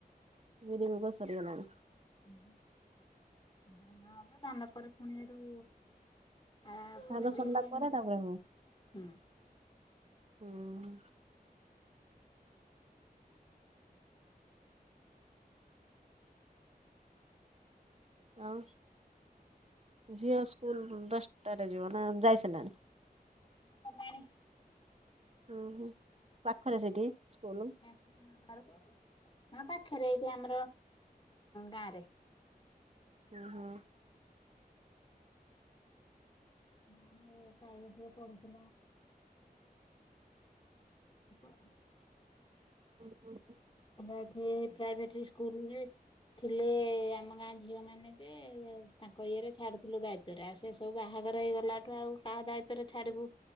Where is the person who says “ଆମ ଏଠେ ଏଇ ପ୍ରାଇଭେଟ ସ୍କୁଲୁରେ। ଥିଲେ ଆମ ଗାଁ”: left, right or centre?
Left